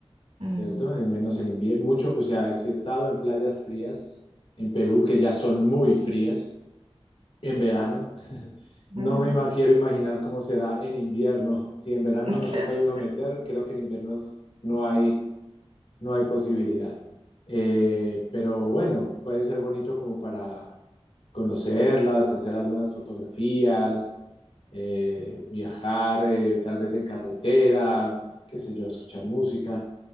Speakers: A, on the right; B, on the left.
A: Mm.
B: ¿cierto? Y menos en invierno, mucho, o sea, sí he estado en playas frías en Perú, que ya son muy frías. En verano,
A: <laughs>
B: no me ima- quiero imaginar cómo será en invierno. Si en verano
A: Claro.
B: no se puede uno meter, creo que en invierno no hay no hay posibilidad. Eh, pero bueno, puede ser bonito como para conocerlas, hacer algunas fotografías, eh, viajar eh, tal vez en carretera, qué sé yo, escuchar música.